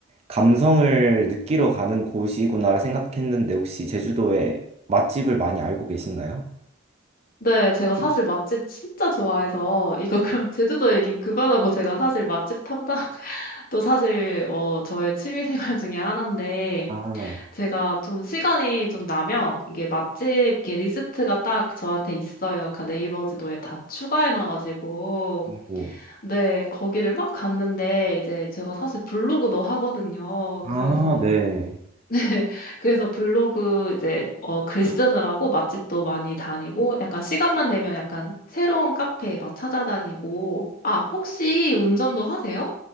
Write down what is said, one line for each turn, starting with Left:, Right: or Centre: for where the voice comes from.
Right: 감성을 느끼러 가는 곳이구나 생각했는데 혹시 제주도에 맛집을 많이 알고 계신가요?
Left: 네, 제가 사실 맛집 진짜 좋아해서 <laughs> 이거 그럼 제주도 얘긴 그만하고 제가 사실 맛집 탐방도 <laughs> 사실 어, 저의 취미 생활 중에 하나인데
Right: 아,
Left: 제가 좀 시간이 좀 나면 이게 맛집 이렇게 리스트가 딱 저한테 있어요. 그 네이버 지도에 다 추가해놔가지고.
Right: 오.
Left: 네, 거기를 막 갔는데 이제 제가 사실 블로그도 하거든요.
Right: 아,
Left: 그래서,
Right: 네.
Left: <laughs> 네, 그래서 블로그 이제 어, 글 쓰느라고 맛집도 많이 다니고 약간 시간만 되면 약간 새로운 카페 막 찾아다니고. 아, 혹시 운전도 하세요?